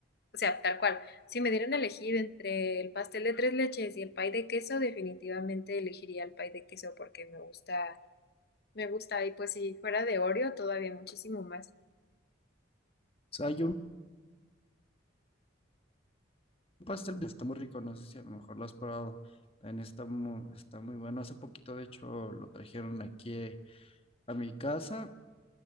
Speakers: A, on the left; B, on the left.
A: o sea, tal cual. Si me dieran a elegir entre el pastel de tres leches y el pay de queso, definitivamente elegiría el pay de queso porque me gusta me gusta. Y pues si fuera de Oreo, todavía muchísimo más.
B: O sea, hay un pastel que está muy rico, no sé si a lo mejor lo has probado. También está muy, está muy bueno. Hace poquito, de hecho, lo trajeron aquí eh, a mi casa